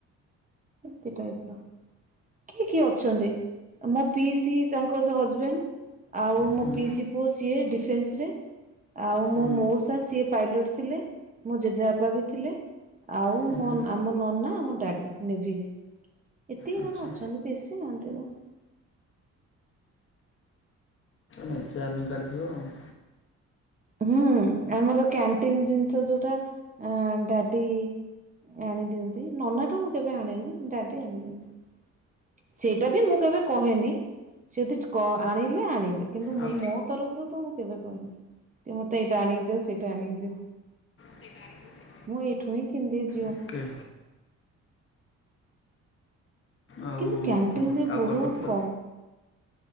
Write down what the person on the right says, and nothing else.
ଏତେ ଟାଇପର। କିଏ କିଏ ଅଛନ୍ତି ମୋ ପିଇସି ତାଙ୍କର ହଜବେଣ୍ଡ ଆଉ ମୋ
ପିଇସି ପୁଅ ସିଏ ଡିଫେନ୍ସରେ। ଆଉ ମୋ
ମଉସା ସିଏ ପାଇଲଟ ଥିଲେ ମୋ ଜେଜେବାପ ବି ଥିଲେ। ଆଉ
ମୋ
ନ ଆମ ନନା ଆମ ଡାଡ଼ି। ନେଭିରେ ଏତିକି
ଜଣ ଅଛନ୍ତି ବେଶୀ ନାହାନ୍ତି ତ।
ହୁଁ ଆମର କ୍ୟାଣ୍ଟିନ ଜିନିଷ ଯୋଉଟା ଡାଡି ଆଣି ଦିଅନ୍ତି ନନାଠୁ ମୁଁ କେବେ ଆଣେନି ଡାଡି ଆଣି ଦିଅନ୍ତି। ସେଇଟା ବି ମୁଁ କେବେ କହେନି ସେଯଦି ଆଣିଲେ ଆଣିଲେ କିନ୍ତୁ
ମୁଁ ମୋ ତରଫରୁ ତ ମୁଁ କେବେ କହିନି କି ମତେ ଏଇଟା ଆଣିକି ଦିଅ ସେଇଟା ଆଣିକି ଦିଅ।
ମୁଁ ଏଇଠୁଁ ହିଁ କିଣି ଦେଏ ଯା
କିନ୍ତୁ କ୍ୟାଣ୍ଟିନରେ
ବହୁତ
କମ୍।